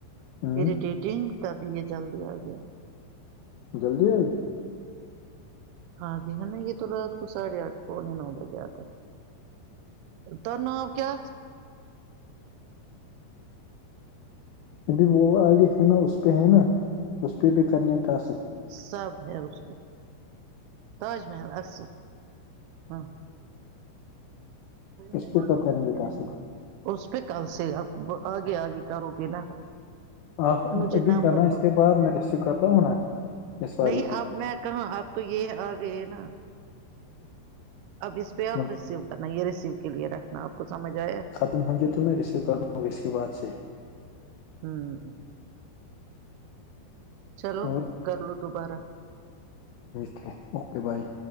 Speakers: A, on the left (about 85°); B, on the right (about 85°).
A: ہوں
B: اریٹیٹنگ تب یہ جلدی آ گیا
A: جلدی آئی
B: ہاں جی ہے نا یہ تو رات کو ساڑھے آٹھ کو نہیں نو بجے آتا تھا ت نؤ کیا
A: ابھی وہ آئیڈی ہے نا اس پہ ہے نا اس پہ بھی کرنے ٹاسک
B: سب ہے اس کو تاج محل ال ہاں
A: اس
B: <inaudible>
A: پہ کب کریں گے ٹاسک
B: اس پہ کل سے آپ آگے آگے کرو گے نا
A: آپ
B: مجھے
A: ابھی
B: نمبر
A: کرنا اس
B: دو
A: کے بعد میں ریسیو کرتاوں نا اس والے
B: نہیں
A: پہ
B: اب میں کہاں اب تو یہ آ گئے نا اب اس پے آپ
A: مت-
B: ریسیو کرنا یہ ریسیو کے لیے رکھنا آپ کو سمجھ آیا
A: تم ہونک تو م میں رسیو کر گ اس کے بد سے
B: ہوں- چلو
A: اور
B: کر لو دوبارہ-
A: ٹ ہے اوکے بائے-